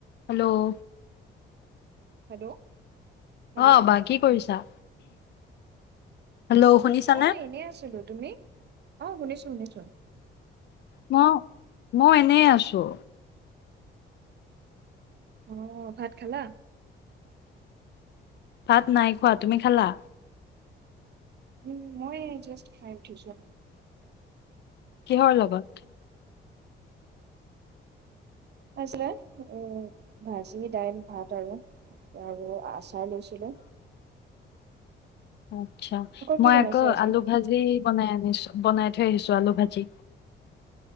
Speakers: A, on the left; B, on the right.
A: hello
B: Hello hello
A: অ বা কি কৰিছা হেল্ল' শুনিছানে
B: অ এনে আছিলো তুমি অ শুনিছো শুনিছো
A: মই মই এনে আছো
B: আহ ভাত খালা
A: ভাত নাই খোৱা তুমি খালা
B: উ মই জাষ্ট খাই উঠিছো
A: কিহৰ লগত
B: আাইছিলে উ ভাজি দাইল ভাত আৰু আৰু আচ চাই লৈছিলে
A: আত্ছা
B: কি
A: মই
B: বনাইছে
A: আকৌ
B: আজি
A: আলু ভাজি বনাই আনিছো বনাই থৈ আহিছো আলু ভাজি